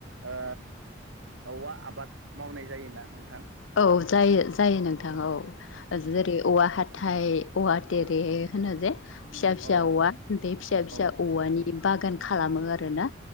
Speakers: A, on the right; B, on the left.
A: ओ औवा आबाद मावनाय जायोना नोंथां
B: औ जायो जायो नोंथां औ जेरै औवा हाथाय औवा देरे
A: औ
B: होनो जे फिसा फिसा
A: औ
B: औवा बे फिसा फिसा
A: औ
B: औवानि बागान खालामो आरोना